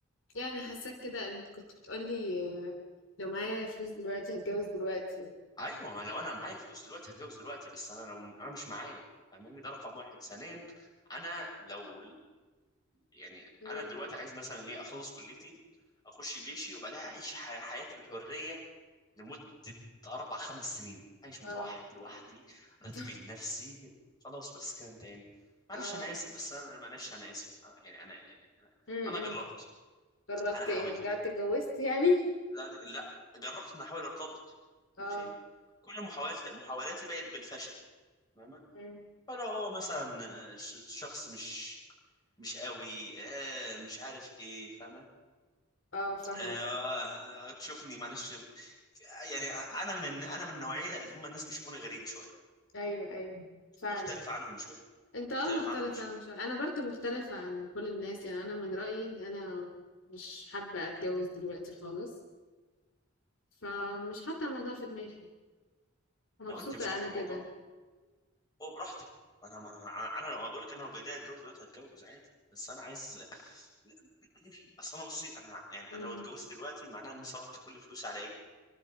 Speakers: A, on the left (about 65°); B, on the left (about 20°).
A: يعني حاساك كده انت كنت بتقولي آه، لو معايا فلوس دلوقتي هتجوز دلوقتي
B: ايوه ما لو انا معايا فلوس دلوقتي هتجوز دلوقتي بس انا لو انا مش معايا فاهماني ده رقم واحد ثانيا انا لو يعني
A: مم.
B: انا دلوقتي عايز مثلا ايه اخلص كليتي اخش جيشي وبعدها اعيش ح- حياة الحرية لمدة اربع خمس سنين عايش متوحد
A: اه
B: لوحدي
A: <laughs>
B: راتبي لنفسي خلاص بس كده انتهينا معلش
A: اه
B: انا اسف بس انا معلش انا اسف أنا- يعني انا يعني انا
A: امم
B: أنا جربت
A: جربت
B: انا حاولت
A: ايه جربت اتجوزت يعني
B: لا لا جربت ان احاول ارتبط ماشي
A: اه
B: كل محاولت محاولاتي بقت بالفشل فاهمة
A: مم.
B: فلو هو مثلا ش- شخص مش مش قوي آه مش عارف ايه فاهمة
A: اه فاهمة
B: آه تشوفني معلش يعني انا من الن- انا من النوعية اللي هم الناس بيشوفوني غريب شوية
A: ايوه ايوه فعلا
B: مختلف عنهم شوية
A: انت
B: مختلف
A: اه مختلف
B: عنهم شوية
A: انا مش انا برضو مختلفة عن كل الناس يعني انا من رأيي ان انا مش حابة اتجوز دلوقتي خالص فمش حاطة الموضوع في دماغي مبسوطة
B: لو انت مش حاطه
A: انا
B: الموضوع
A: كده
B: هو براحتك ما انا ما انا انا لو بقول لك انا لو بايديا اتجوز دلوقتي هتجوز عادي بس انا عايز لا، <clears throat> اصل انا بصي انا يعني
A: إمم،
B: انا لو اتجوزت دلوقتي معناها اني صرفت كل فلوسي على ايه